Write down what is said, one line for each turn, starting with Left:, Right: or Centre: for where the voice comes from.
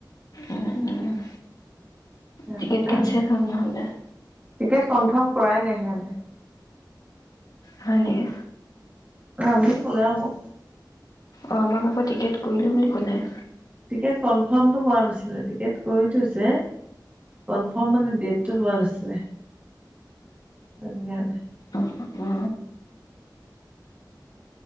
Left: উ-উম।
Right: সেইটো
Left: টিকেট
Right: কাৰণে।
Left: কেনচেল হল নহলে।
Right: টিকেট কনফাৰ্ম কৰাই নাই সিহঁতে।
Left: হয় নেকি?
Right: আমি কলে মোক।
Left: অ', আমাক আকৌ টিকেট কৰিলো বুলি কলে।
Right: টিকেট কনফ্মটো কৰা নাছিলে, টিকেট কৰি থৈছে কনফম্ মানে ডেট লোৱা নাছিলে। অধ কাৰানে।
Left: অ অ